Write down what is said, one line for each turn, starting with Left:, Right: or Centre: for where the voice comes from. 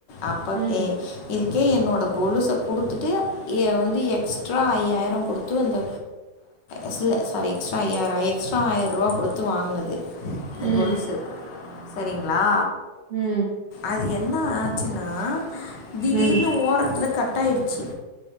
Left: அப்ப
Right: ம்
Left: இதுக்கே என்னோட கொலுஸ கொடுத்துட்டு வந்து எக்ஸ்ட்ரா ஐயாயிர கொடுத்து அந்த இல்ல சாரி எக்ஸ்ட்ரா ஐயாயிர எக்ஸ்ட்ரா ஆயிர ரூவா கொடுத்து வாங்குனது இந்த
Right: ம்
Left: கொலுசு சரிங்ளா
Right: ம்
Left: அது என்ன ஆச்சுன்னா திடீர்னு
Right: ம்
Left: ஓரத்துல கட் டாய்டுச்சு